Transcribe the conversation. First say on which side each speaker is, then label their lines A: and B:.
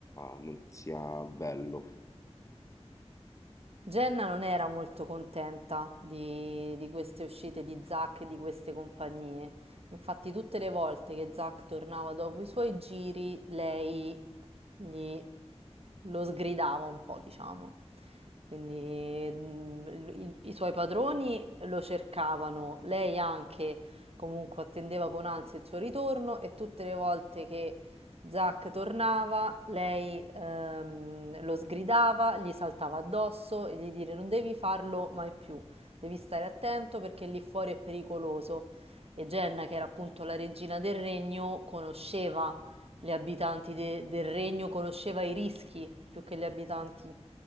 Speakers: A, on the left (about 30°); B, on the right (about 60°).
A: non sia bello.
B: Jenna non era molto contenta di, di queste uscite di Zack e di queste compagnie. Infatti, tutte le volte che Zack tornava dopo i suoi giri, lei gli lo sgridava un po', diciamo. Quindi mm, i, i suoi padroni lo cercavano, lei anche comunque attendeva con ansia il suo ritorno e tutte le volte che Zac tornava, lei ehm, lo sgridava, gli saltava addosso e gli dire non devi farlo mai più, devi stare attento perché lì fuori è pericoloso. E Jenna, che era appunto la regina del regno, conosceva gli abitanti de- del regno, conosceva i rischi più che gli abitanti